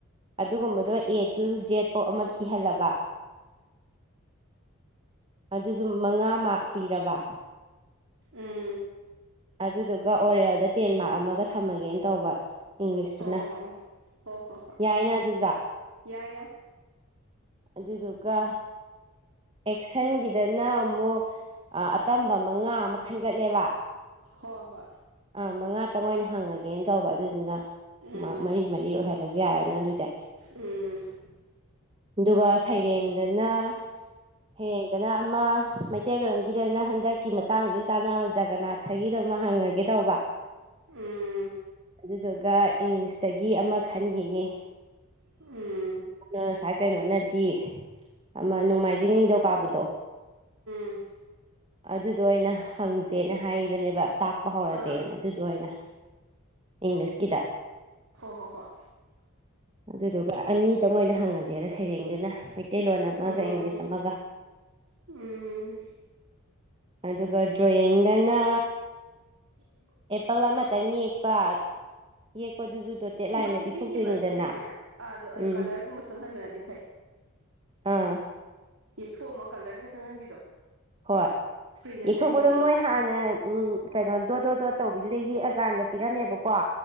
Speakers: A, on the right (about 25°); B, on the right (about 70°).
A: ꯑꯗꯨꯒꯨꯝꯕꯗꯣ ꯑꯦ ꯇꯨ ꯖꯦꯠ ꯐꯧ ꯑꯃ ꯏꯍꯜꯂꯕ ꯑꯗꯨꯁꯨ ꯃꯉꯥꯃ ꯄꯤꯔꯕ
B: ꯎꯝ
A: ꯑꯗꯨꯗꯨꯒ ꯑꯣꯔꯦꯜꯗ ꯇꯦꯟ ꯃꯥꯔꯛ ꯑꯃꯒ ꯊꯝꯃꯒꯦꯅ ꯇꯧꯕ ꯏꯪꯂꯤꯁꯇꯨꯅ
B: ꯑꯣ ꯑꯣ ꯑꯣ ꯍꯣ ꯍꯣ ꯍꯣꯏ
A: ꯌꯥꯏꯅ ꯑꯗꯨꯖ
B: ꯌꯥꯏ ꯌꯥꯏ
A: ꯑꯗꯨꯗꯨꯒ ꯑꯦꯛꯁꯟꯒꯤꯗꯅ ꯑꯃꯨꯛ ꯑ ꯑꯇꯝꯕ ꯃꯉꯥ ꯑꯃ ꯈꯟꯒꯠꯂꯦꯕ
B: ꯍꯣꯏ ꯍꯣꯏ
A: ꯑꯥ ꯃꯉꯥ ꯇꯪ ꯑꯣꯏꯅ ꯍꯪꯉꯒꯦꯅ ꯇꯧꯕ ꯑꯗꯨꯗꯨꯅ
B: ꯎꯝ
A: ꯃꯥ ꯃꯔꯤ ꯃꯔꯤ ꯑꯣꯏꯍꯜꯂꯁꯤ ꯌꯥꯔꯦꯅ ꯑꯗꯨꯗꯤ
B: ꯎꯝ
A: ꯑꯗꯨꯒ ꯁꯩꯔꯦꯡꯗꯅ ꯍꯩꯔꯦꯡꯗꯅ ꯑꯃ ꯃꯩꯇꯩꯂꯣꯟꯒꯤꯗꯅ ꯍꯟꯗꯛꯀꯤ ꯃꯇꯥꯡꯁꯤ ꯆꯥꯟꯅꯕ ꯖꯒꯅꯥꯠ ꯊꯒꯤꯗꯣ ꯍꯪꯉꯒꯦ ꯇꯧꯕ
B: ꯎꯝ
A: ꯑꯗꯨꯗꯨꯒ ꯏꯪꯂꯤꯁꯇꯒꯤ ꯑꯃ ꯈꯟꯈꯤꯅꯤ
B: ꯎꯝ
A: ꯑ ꯁꯥ <unintelligible> ꯀꯩꯅꯣꯅꯗꯤ ꯑꯃ ꯅꯣꯡꯃꯥꯏꯖꯤꯡ ꯅꯤꯡꯊꯧꯀꯥꯕꯗꯣ
B: ꯎꯝ
A: ꯑꯗꯨꯗ ꯑꯣꯏꯅ ꯍꯪꯁꯦꯅ ꯍꯥꯏꯕꯅꯦꯕ ꯇꯥꯛꯄ ꯍꯧꯔꯁꯦꯅ
B: ꯑꯥ
A: ꯑꯗꯨꯗ ꯑꯣꯏꯅ ꯏꯪꯂꯤꯁ ꯀꯤꯗ
B: ꯍꯣꯏ ꯍꯣꯏ ꯍꯣꯏ
A: ꯑꯗꯨꯗꯨꯒ ꯑꯅꯤꯇꯪ ꯑꯣꯏꯅ ꯍꯪꯉꯁꯤ ꯐꯖꯦꯗ ꯁꯩꯔꯦꯡꯗꯨꯅ ꯃꯩꯇꯩꯂꯣꯟ ꯑꯃꯒ
B: ꯎꯝ
A: ꯏꯪꯂꯤꯁ ꯑꯃꯒ
B: ꯎꯝ
A: ꯑꯗꯨꯒ ꯗ꯭ꯔꯣꯌꯤꯡꯗꯅ
B: ꯎꯝ <unintelligible>
A: ꯑꯦꯄꯜ ꯑꯃꯇꯪ ꯌꯦꯛꯄ ꯌꯦꯛꯄꯗꯨꯁꯨ ꯗꯣꯇꯦꯠ ꯂꯥꯏꯟꯗ
B: ꯃꯣꯏꯗꯤ
A: ꯄꯤꯊꯣꯛꯇꯣꯏꯅꯤꯗꯅ
B: ꯄꯤꯛꯏꯕꯅꯤꯅꯅꯦ ꯑꯗꯣ ꯑꯩ
A: ꯎꯝ
B: ꯀꯂꯔꯒꯨꯝꯕ ꯁꯪꯍꯟꯕꯅꯗꯤ ꯐꯩ
A: ꯑꯥ
B: ꯌꯦꯛꯊꯣꯛꯑꯝꯃ ꯀꯂꯔꯗꯪ ꯁꯪꯍꯟꯕꯤꯗꯣ
A: ꯍꯣꯏ
B: ꯄ꯭ꯔꯤ ꯅꯁꯔꯤꯒꯤꯗꯤ
A: ꯏꯊꯣꯛꯄꯗꯣ ꯃꯣꯏ ꯍꯥꯟꯅ ꯎꯝ ꯀꯩꯅꯣ ꯗꯣꯠ ꯗꯣꯠ ꯗꯣꯠ ꯇꯧꯕꯤꯗꯨꯗ ꯌꯦꯛꯑꯀꯥꯟꯗ ꯄꯤꯔꯝꯃꯦꯕꯀꯣ